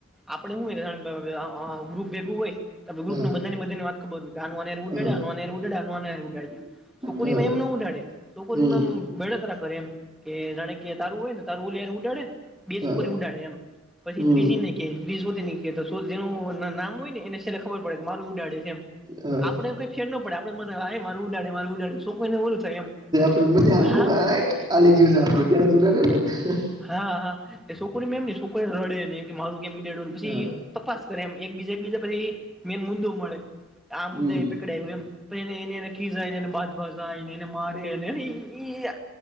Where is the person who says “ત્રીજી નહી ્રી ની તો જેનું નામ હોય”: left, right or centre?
Centre